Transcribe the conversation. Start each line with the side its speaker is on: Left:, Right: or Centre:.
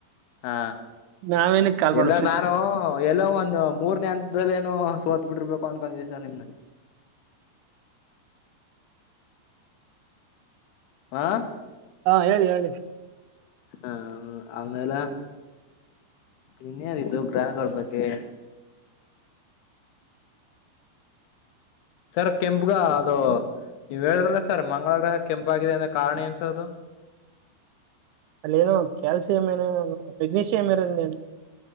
Left: ಹಾ
Right: ನಾವೇನಕ್ ಕಾಲ್ ಮಾಡ
Left: ಎಲ್ಲ ನಾರು ಎಲ್ಲ ಒಂದ್ ಮೂರನೇ ಹಂತದಲ್ಲ ಏನುೋ ಸೋತ್ ಬಿಟ್ಟಿರ್ಬೇಕು ಅನ್ಕೊಂಡಿದ್ದಿದೆ ಸರ್ ನಿಮ್ ಹಾ
Right: ಹಾ ಹೇಳಿ ಹೇಳಿ
Left: ಹಾ ಆಮೇಲೆ ಇನ್ೇನತ್ತು ಗ್ರಹ ಕೊಡ್ಬೇಕೆ ಸರ್ ಕೆಂಪುಗ ಅದು ನೀವ್ ಹೇಳಿದ್ರಲ್ಲ ಸರ್ ಮಂಗಳ ಗ್ರಹ ಕೆಂಪು ಆಗಿದೆ ಅಂದ ಕಾರಣ ಏನ್ ಸರ್ ಅದು
Right: ಅಲ್ಲೇನೋ ಕ್ಯಾಲ್ಸಿಿಯಂ ಏನನು ಮೆಗ್ನಿಷಿಿಯಂ ಏನಂದೇನು